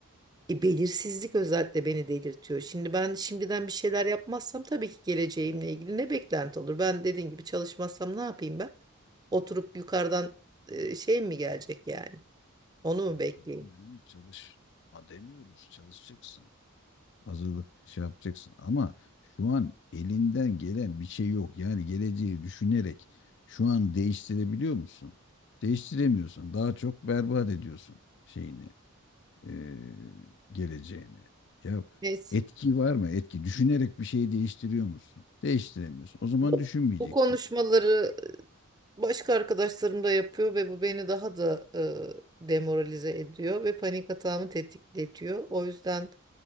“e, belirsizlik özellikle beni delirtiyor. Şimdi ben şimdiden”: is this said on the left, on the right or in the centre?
Right